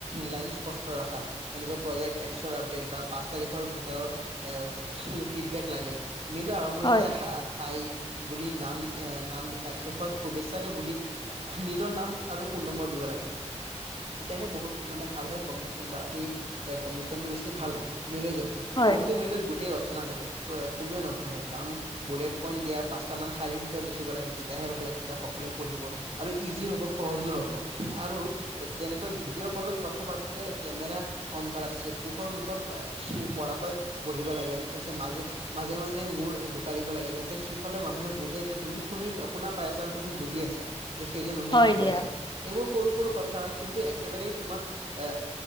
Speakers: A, on the right (about 55°); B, on the left (about 35°).
A: লাইন স্পষ্ট ৰাখা। তেনেকে প্ৰজেক্ট এক্সৰ আপডেট বা পাঁচ তাৰিখৰ ভিতৰত এ উম ফিডবেক লাগে। মেইলৰ আৰম্ভণিতে
B: হয়,
A: হায় হাই বুলি নাম আহ নাম লিখা, শেষত শুভেচ্ছাৰে বুলি নিজৰ নাম আৰু ফোন নম্বৰ দিব লাগে। তেতিয়াহে বহুত মানে ভাল হয় কমিউনিকেশ্যন বা সেই কমিউনিকেশ্যনটো বেছি ভাল হয় মেইলৰ জৰিয়তে।
B: হয়,
A: বহুতে মেইলত গোটেই ৰচনা লিখে কোনোৱে নপঢ়ে কাৰণ বুলেট পইন্ট দিয়া পাঁচটামান শাৰীৰ ভিতৰত লিখিব লাগে। তেতিয়াহে ভাল হয়, তেতিয়া সকলোৱে পঢ়িব আৰু ইজি হ'ব, সহজো হ'ব আৰু যেনেকৈ ভিডিঅ' কলত কথা পাতোতে কেমেৰা অন কৰা থৈছে পোহৰ মুখত এ <unintelligible> পৰাকৈ বহিব লাগে তাৰপিছত মাজে মাজে-মাজে মূৰ জোকাৰিব লাগে, যাতে সিফালৰ মানুহে বুজে যে তুমি শুনি শুনা পাই আছা আৰু তুমি বুজি আছা যে সেইজন মানুহে
B: হয়
A: কি কৈ
B: দিয়া,
A: আছে। এইবোৰ সৰু-সৰু কথা কিন্তু একেবাৰেই তোমাক এ